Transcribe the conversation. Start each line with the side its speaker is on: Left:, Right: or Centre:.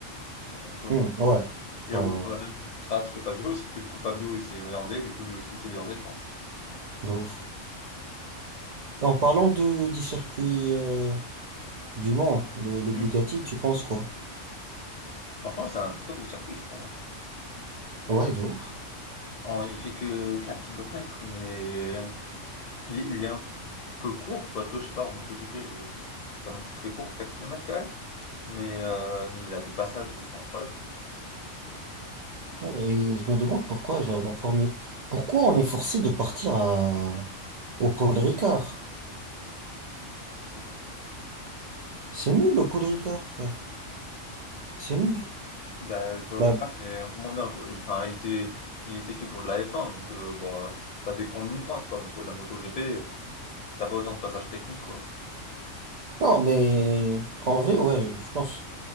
Left: c'est un peu le
Right: Hmm, ouais.
Left: Il
Right: Ouais,
Left: a voulu
Right: ouais, ouais.
Left: prendre la même outrage que Fabio, sauf que du coup Fabio il s'est viandé, du coup lui aussi il s'est viandé, je pense.
Right: De ouf. Et en parlant
Left: Et ouais.
Right: de, du circuit euh, du Mans, le, le
Left: Hmm.
Right: Bugatti, tu penses quoi?
Left: Franchement, c'est un très beau circuit, je trouve. hein.
Right: Ouais, de ouf.
Left: En- il fait que 4 kilomètres, mais il, est- il est un peu court, quoique, je sais pas, en MotoGP, j'ai- pas non plus très court, 4 kilomètres quand même. Mais, euh, mais il a des passages, ils sont incroyables.
Right: Et je me demande pourquoi, genre, la Formule... Pourquoi on est forcé de partir à... au Paul Ricard?
Left: Ça, je sais pas.
Right: C'est nul, le Paul Ricard, frère. C'est nul.
Left: Bah, le Paul
Right: Bah,
Left: Ricard est un peu moins bien, quoi. Il, enfin, il était, il était fait pour de la F1, donc euh, bah, t'as des grandes lignes droites, quoi. Mais pour de la MotoGP, T'as pas autant de passages techniques, quoi.
Right: non, mais en vrai, ouais, je pense.